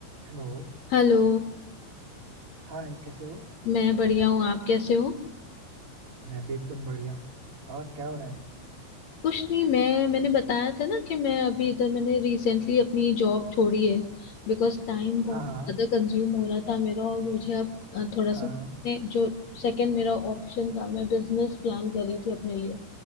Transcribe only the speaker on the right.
Hello
Hi कैसे हो
मैं भी एकदम बढ़िया और क्या हो रहा है
हाँ हाँ
हाँ